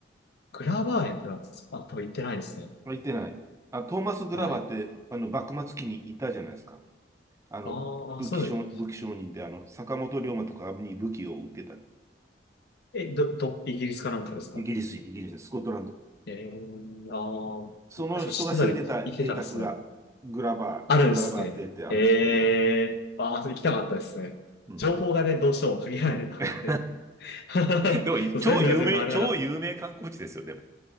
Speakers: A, on the left; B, on the right.
A: グラバー園ってなんですかあ、多分行ってないですね。
B: 行ってない。あ、トーマス・グラバーって、
A: はい。
B: あの、幕末期にいたじゃないですか。あの、
A: ああ、
B: 武器商、
A: そういう。
B: 武器商人で、あの、坂本龍馬とかに武器を売ってた。
A: え、ど、ど、イギリスかなんかですか
B: イギリス人、イギリス人、スコットランド。
A: えー、ああ、
B: その人が住んでた邸宅が、
A: そう、知ってたり、行けたですね。
B: グラバー、
A: あるんですね。
B: グラバー邸ってあるんです、
A: ええーああ、
B: あるよ。
A: それ行きたかったですね。
B: うん、
A: 情報がね、
B: うん、
A: どうしても限られてたんで。
B: うん。<laughs>
A: <laughs>
B: でも、
A: そう全部が全部あれなかった。
B: 超有名、超有名観光地ですよ、でも。